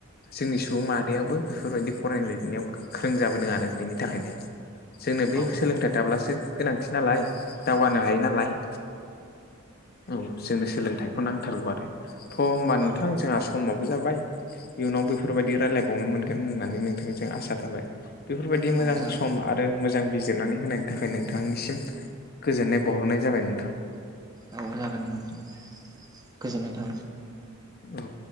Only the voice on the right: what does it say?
औ
औ
जागोन।
औ जागोन दे नोंथां। गोजोननाय थाबाय।